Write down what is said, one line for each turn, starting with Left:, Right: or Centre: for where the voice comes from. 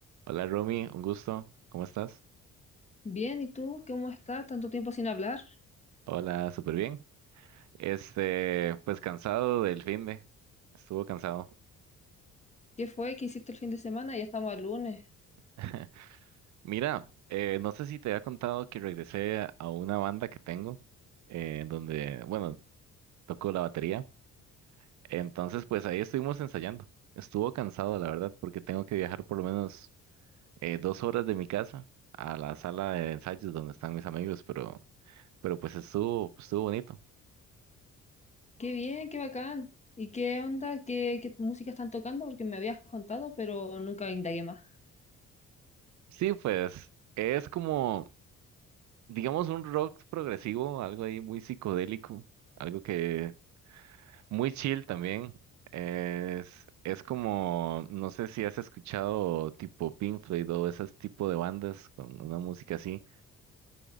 Right: Hola Romy, un gusto. ¿Cómo estás?
Left: Bien, ¿y tú cómo estás? Tanto tiempo sin hablar.
Right: Hola, súper bien. Este, pues cansado del fin de. Estuvo cansado.
Left: ¿Qué fue? ¿Qué hiciste el fin de semana? Ya estamos al lunes.
Right: <laughs> Mira, eh, no sé si te había contado que regresé a a una banda que tengo, eh, donde, bueno, toco la batería. Entonces, pues ahí estuvimos ensayando. Estuvo cansado, la verdad, porque tengo que viajar por lo menos eh, dos horas de mi casa a la sala de ensayos donde están mis amigos, pero, pero pues estuvo, estuvo bonito.
Left: Qué bien, qué bacán. ¿Y qué onda? ¿Qué, qué música están tocando? Porque me habías contado, pero nunca indagué más.
Right: Sí, pues es como digamos, un rock progresivo, algo ahí muy psicodélico, algo que muy chill también. Es, es como, no sé si has escuchado tipo Pink Floyd o ese tipo de bandas con una música así,